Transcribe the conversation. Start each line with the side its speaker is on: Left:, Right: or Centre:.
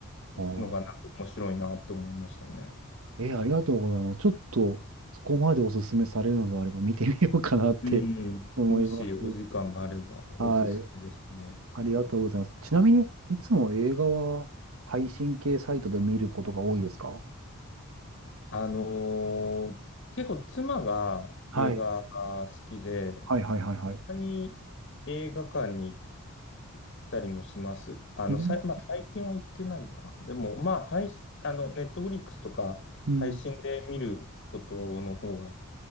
Right: あー
Left: のがなんか面白いなと思いましたね。
Right: えー、ありがとうございます。ちょっと、そこまでおすすめされるのであれば見てみようかなって
Left: うん。
Right: <laughs> 思います。
Left: もしお時間があればおすすめですね。
Right: はい。ありがとうございます。ちなみに、いつも映画は配信系サイトで見ることが多いですか
Left: あのー結構妻が映画が好きで、
Right: はい。はいはいはいはい。
Left: たまに映画館に行ったりもします。あの、
Right: うん。
Left: さい、まあ、最近は行ってないな。でも、まあ、配信、あの、ネットフリックスとか配信で見ることの方が
Right: うん。